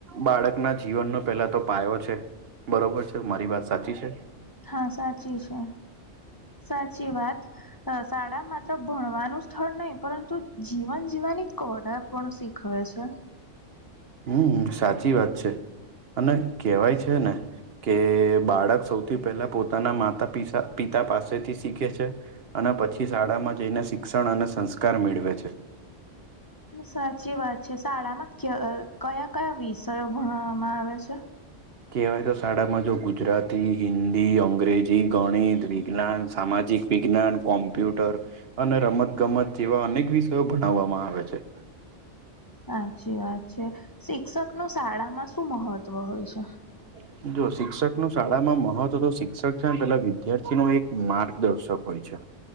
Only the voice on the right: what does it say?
બાળકના જીવનનો પહેલા તો પાયો છે. બરોબર છે મારી વાત સાચી છે?
હમ્મ સાચી વાત છે અને કેવાય છે ને કે બાળક સૌથી પહેલા પોતાના માતા પિસા પિતા પાસેથી શીખે છે. અને પછી શાળામાં જઈને શિક્ષણ અને સંસ્કાર મેળવે છે.
કહેવાય તો શાળામાં જો ગુજરાતી, હિન્દી, અંગ્રેજી, ગણિત, વિજ્ઞાન, સામાજિક વિજ્ઞાન કોમ્પ્યુટર અને રમત ગમત જેવા અનેક વિષયો ભણાવવામાં આવે છે.
<inaudible> જો શિક્ષક નું શાળામાં મહત્વ તો શિક્ષક છે ને પેલા વિદ્યાર્થી નો એક માર્ગદર્શક હોય છે.